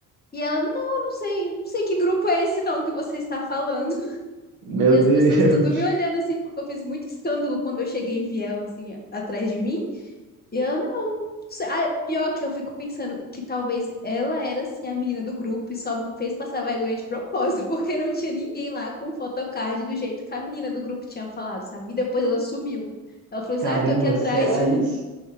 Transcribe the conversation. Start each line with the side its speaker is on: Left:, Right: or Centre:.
Left: E ela: Não, eu não sei, não sei que grupo é esse não que você está falando.
Right: Meu
Left: E as
Right: Deus,
Left: pessoas tudo me olhando assim, porque eu fiz muito escândalo quando eu cheguei e vi ela assim, a- atrás de mim. E ela, não. se- Ah, pior que eu fico pensando que talvez ela era assim a menina do grupo e só me fez passar vergonha de propósito, <laughs> porque não tinha ninguém lá com photocard do jeito que a menina do grupo tinha falado, sabe? E depois ela sumiu. Ela falou assim:
Right: caramba,
Left: Ah, eu tô aqui atrás.
Right: será
Left: <laughs>
Right: isso?